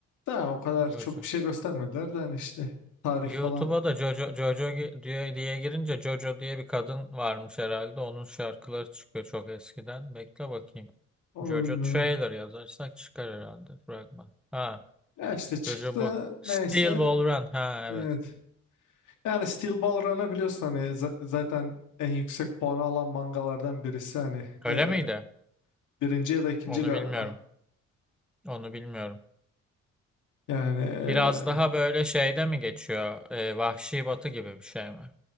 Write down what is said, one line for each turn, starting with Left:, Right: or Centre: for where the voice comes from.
Left: daha o kadar
Centre: Jojo.
Left: çok bir şey göstermediler de hani işte tarih
Centre: YouTube'a
Left: falan
Centre: da Jojo, Jojo gi- diye, diye girince Jojo diye bir kadın varmış herhalde. Onun şarkıları çıkıyor çok eskiden. Bekle bakayım.
Left: onu
Centre: Jojo
Left: bilmiyorum.
Centre: trailer yazarsak çıkar herhalde fragman. Ha,
Left: Ya işte çıktı
Centre: Jojo bu. Steel
Left: neyse
Centre: Ball Run. Ha,
Left: evet.
Centre: evet.
Left: Yani Steel Ball Run'a biliyorsun hani za- zaten en yüksek puanı alan mangalardan birisi hani
Centre: Öyle
Left: e,
Centre: miydi?
Left: birinci ya da ikinci
Centre: Onu
Left: galiba.
Centre: bilmiyorum. Onu bilmiyorum.
Left: Yani e,
Centre: Biraz daha böyle şeyde mi geçiyor? Ee, Vahşi Batı gibi bir şey mi?